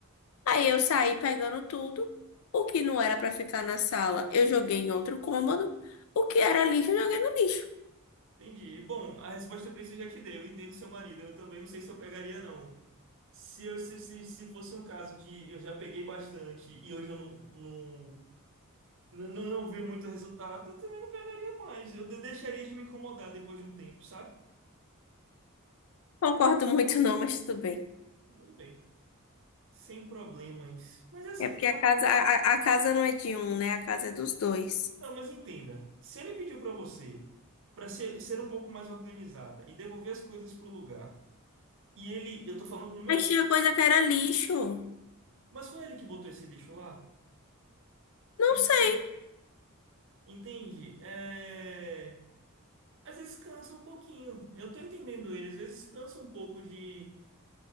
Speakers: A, on the left; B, on the right.
A: aí eu saí pegando tudo, o que não era pra ficar na sala, eu joguei em outro cômodo, o que era lixo, eu joguei no lixo.
B: <laughs> Entendi. Bom, a resposta pra isso eu já te dei. Eu entendo seu marido. Eu também não sei se eu pegaria, não. Se, eu, se, se, se fosse um caso de eu já peguei bastante e hoje eu não, não, não, não não vi muito resultado, eu também não pegaria mais. Eu de- deixaria de me incomodar depois de um tempo, sabe?
A: Concordo muito não, mas tudo bem.
B: Tudo bem. Sem problemas. Mas é assim,
A: É porque
B: que eu-
A: a casa, a, a a casa não é de um, né? A casa é dos dois.
B: não, mas entenda. Se ele pediu pra você pra ser, ser um pouco mais organizada e devolver as coisas pro lugar, e ele, eu tô falando no meu,
A: Mas
B: caso,
A: tinha coisa que era lixo.
B: mas foi ele que botou esse lixo lá?
A: Não
B: En-
A: sei,
B: Entende? É. Às vezes cansa um pouquinho. Eu tô entendendo ele. Às vezes cansa um pouco de,